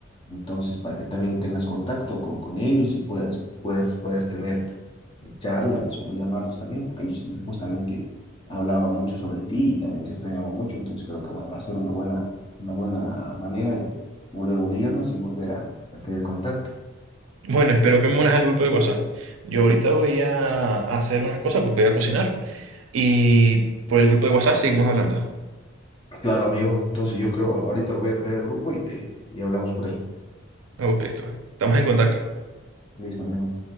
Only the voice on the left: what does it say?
Entonces, para que también tengas contacto con, con ellos y puedas, puedas, puedas tener eh, charlas o llamarlos también, porque ellos justamente hablaban mucho sobre ti y también te extrañaban mucho. Entonces, creo que va, va a ser una buena, una buena manera de volver a unirnos y volver a a tener contacto.
Claro, amigo. Entonces yo creo, ahorita lo voy a crear el grupo y te y hablamos por ahí.
Listo, amigo.